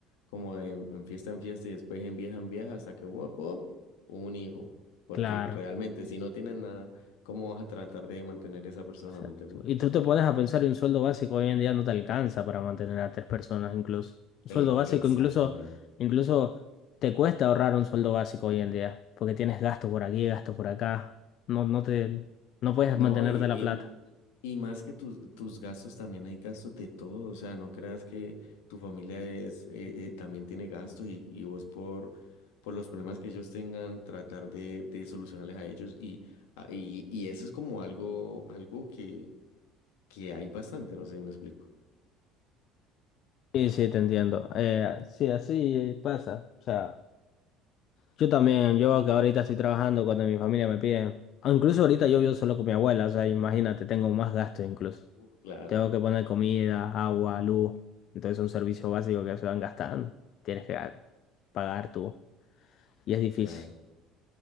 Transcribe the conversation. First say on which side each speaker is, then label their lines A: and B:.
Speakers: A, on the left (about 70°); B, on the left (about 55°).
A: como de en, en fiesta en fiesta y después en vieja en vieja hasta que wop, wop, un hijo. Porque
B: Claro.
A: realmente si no tienes nada, ¿cómo vas a tratar de mantener esa persona?
B: Exacto.
A: ¿Me entiendes?
B: Y tú te pones a pensar y un sueldo básico hoy en día no te alcanza para mantener a tres personas incluso. Un
A: Eh,
B: sueldo básico
A: exactamente.
B: incluso, incluso te cuesta ahorrar un sueldo básico hoy en día, porque tienes gasto por aquí, gasto por acá. No, no te, no puedes
A: No,
B: mantenerte
A: y,
B: la plata.
A: Y más que tus, tus gastos, también hay gastos de todo. O sea, no creas que tu familia es, eh, eh, también tiene gastos y, y vos por, por los problemas que ellos tengan, tratar de, de solucionarles a ellos. Y, a- y, y eso es como algo, algo que, que hay bastante, no sé si me explico.
B: Sí, sí, te entiendo. Eh, sí, así pasa. O sea, yo también, yo que ahorita estoy trabajando cuando mi familia me pide. ah, Incluso ahorita yo vivo solo con mi abuela, o sea, imagínate, tengo más gasto incluso.
A: Uf, Claro,
B: Tengo que poner comida, agua, luz. Entonces son servicios básicos que se van gastando. Tienes que a- pagar tú. Y es difícil.
A: claro.